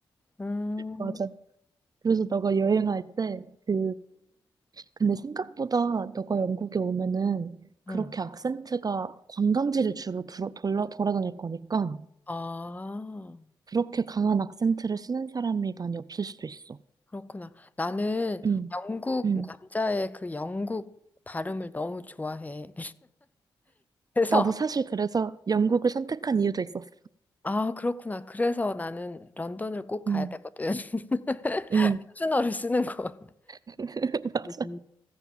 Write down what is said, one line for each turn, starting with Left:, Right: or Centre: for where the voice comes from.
Left: 음,
Right: 맞아. 그래서 너가 여행할 때, 그, 근데 생각보다 너가 영국에 오면은 그렇게
Left: 음.
Right: 악센트가 관광지를 주로 돌아, 돌아, 돌아다닐 거니까
Left: 아,
Right: 그렇게 강한 악센트를 쓰는 사람이 많이 없을 수도 있어.
Left: 그렇구나. 나는
Right: 응,
Left: 영국
Right: 응.
Left: 남자의 그 영국 발음을 너무 좋아해. 그래서
Right: 나도 사실 그래서 영국을 선택한 이유도 있었어.
Left: 아, 그렇구나. 그래서 나는 런던을 꼭 가야
Right: 응,
Left: 되거든. <laughs>
Right: 응,
Left: 표준어를 쓰는 곳.
Right: <laughs> 맞아.
Left: 음.